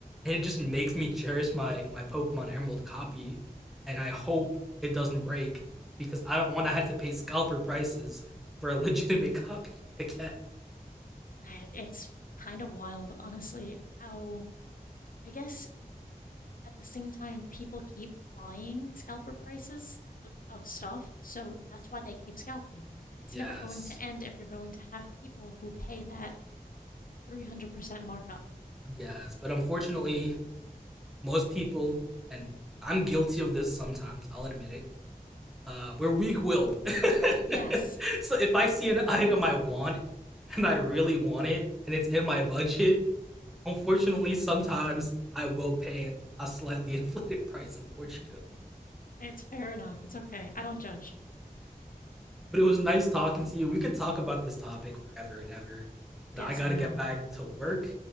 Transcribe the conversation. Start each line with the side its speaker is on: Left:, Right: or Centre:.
Centre: And it just makes me cherish my my Pokemon Emerald copy, and I hope it doesn't break because I don't want to have to pay scalper prices for a <laughs> legitimate copy again.
Left: <laughs> it's kind of wild, honestly, how I guess at the same time, people keep buying scalper prices of, of stuff, so that's why they keep scalping. It's
Centre: Yes,
Left: never going to end if you're going to have people who pay that 300% markup.
Centre: yes, but unfortunately, most people, and I'm guilty of this sometimes, I'll admit it, uh, we're weak willed. <laughs>
Left: Yes,
Centre: so if I see an item I want and I really want it and it's in my budget, unfortunately, sometimes I will pay a slightly <laughs> inflated price, unfortunately.
Left: it's fair enough. It's okay. I don't judge.
Centre: But it was nice talking to you. We could talk about this topic forever and ever,
Left: Yes,
Centre: but I got
Left: I
Centre: to
Left: know.
Centre: get back to work.